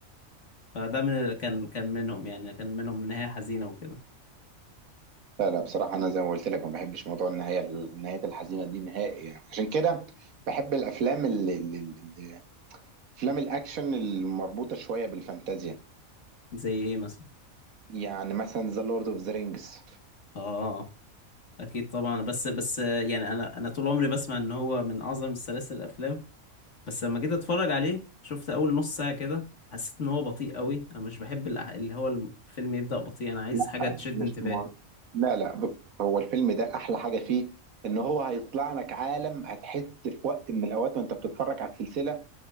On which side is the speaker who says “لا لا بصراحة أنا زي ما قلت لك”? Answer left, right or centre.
Right